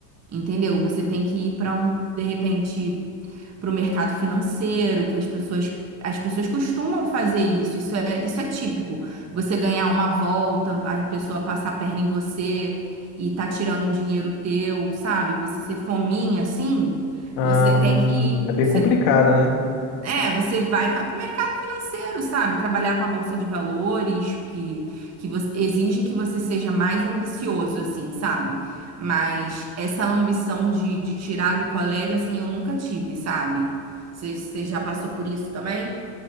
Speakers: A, on the right; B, on the left.
A: Entendeu? Você tem que ir para um, de repente, para o mercado financeiro, que as pessoas, as pessoas costumam fazer isso. Isso é, isso é típico. Você ganhar uma volta, a pessoa passar a perna em você e tá tirando um dinheiro teu, sabe? Você ser fominha assim,
B: Ah,
A: você tem que,
B: é bem
A: você
B: complicado, né?
A: é, você vai, vai para o mercado financeiro, sabe? Trabalhar com a bolsa de valores, que, que você- exige que você seja mais ambicioso, assim, sabe? Mas essa ambição de, de tirar do colega, assim, eu nunca tive, sabe? Você você já passou por isso também?